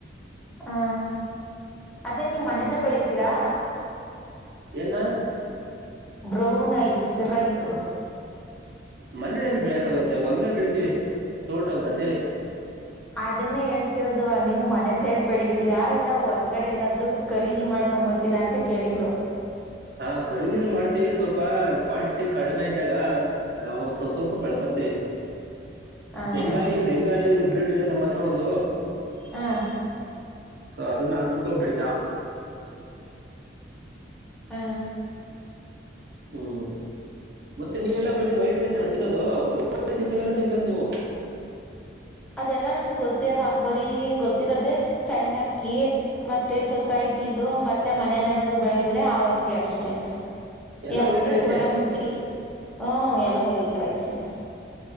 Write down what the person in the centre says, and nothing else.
ಹಾ ಅದೇ ನಿಮ್
ಮನೆಲೆ ಬೆಳಿತೀರಾ.
Brown ice rice.
ಅದನ್ನೇ ಹೇಳ್ತಿರೋದು ನಿಮ್ ಮನೆ ಸೈಡ್ ಬೆಳಿತೀರಾ ಇಲ್ಲ ವರ್ ಗಡೆ ಎಲ್ಲಾದ್ರೂ ಖರೀದಿ ಮಾಡ್ಕೊಂಡ್ ಬರ್ತೀರಾ ಅಂತ ಕೇಳಿದ್ದು.
ಹ
ಹು <unintelligible>
ಹ
ಅದೆಲ್ಲಾ ನಮ್ಗೆ ಗೊತ್ತಿಲ್ಲ ಬರಿ ಗೊತ್ತಿರೋದೆೇ ಸಣ್ಣ ಅಕ್ಕಿ ಮತ್ತೆ ಸೊಸೈಟಿದು ಮತ್ತೆ ಮನೇಲ್ ಏನಾದ್ರು ಬೆಳೆದ್ರೆ ಅವ್ ಅಕ್ಕಿ ಅಷ್ಟೇ.
ಏ ಆದ್
ಬಿಟ್ರೆ
ಸೋನಾ ಮುಸ್ರಿ ಹೂ ಎಲ್ಲಾ ವೈಟ್ ರೈಸೇ.